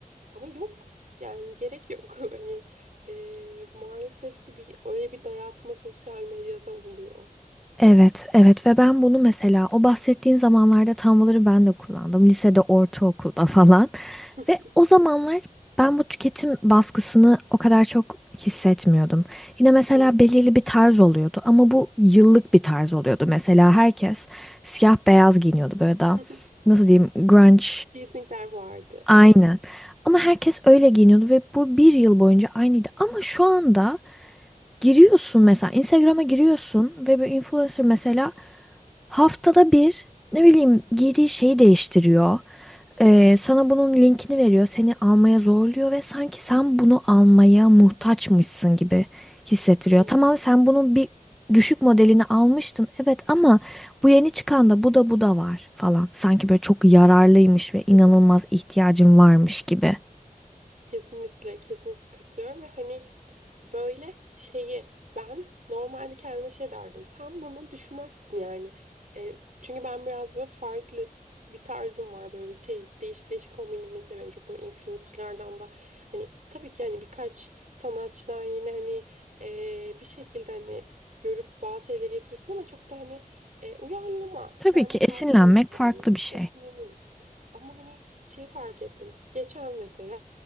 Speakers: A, on the right; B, in the centre.
A: Ama yok. Yani gerek yok. <laughs> Hani e, maalesef ki bir, öyle bir dayatma sosyal medyada oluyor.
B: Evet, evet ve ben bunu mesela o bahsettiğin zamanlarda Tumblr'ı ben de kullandım. Lisede, ortaokulda falan.
A: <laughs>
B: Ve o zamanlar ben bu tüketim baskısını o kadar çok hissetmiyordum. Yine mesela
A: Evet.
B: belirli bir tarz oluyordu ama bu yıllık bir tarz oluyordu. Mesela herkes siyah beyaz giyiniyordu böyle daha
A: <laughs>
B: nasıl diyeyim grunge
A: Teasingler vardı.
B: Aynen.
A: Evet.
B: Ama herkes öyle giyiniyordu ve bu bir yıl boyunca aynıydı. Ama şu anda Giriyorsun mesela Instagram'a giriyorsun ve bir influencer mesela haftada bir ne bileyim giydiği şeyi değiştiriyor. Ee, sana bunun linkini veriyor, seni almaya zorluyor ve sanki sen bunu almaya muhtaçmışsın gibi hissettiriyor.
A: Evet.
B: Tamam sen bunun bir düşük modelini almıştın evet ama bu yeni çıkan da bu da bu da var falan. Sanki böyle çok yararlıymış ve inanılmaz
A: <laughs>
B: ihtiyacın varmış gibi.
A: Kesinlikle, kesinlikle katılıyorum ve hani böyle şeyi ben normalde kendime şey derdim. Sen bunu düşünmezsin yani. E, çünkü ben biraz böyle farklı bir tarzım var böyle bir şey değişik değişik kombinimi seviyorum. Çok böyle influencerlardan da hani tabii ki hani birkaç sanatçıdan yine hani e, bir şekilde hani görüp bazı şeyleri yapıyorsun ama çok da hani e, uyarlama
B: Tabii
A: kendi
B: ki esinlenmek
A: tarzına uyarlıyorsun
B: farklı bir şey.
A: esinleniyorsun. Ama hani şey fark ettim. Geçen mesela